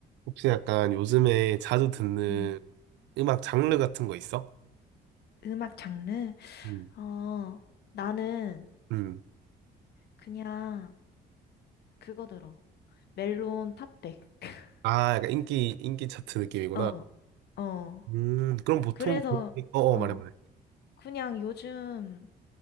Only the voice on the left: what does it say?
음,
음악 장르?
어, 나는
그냥 그거 들어. 멜론 팝백. <laughs>
어, 어.
그래서,
어,
그냥 요즘,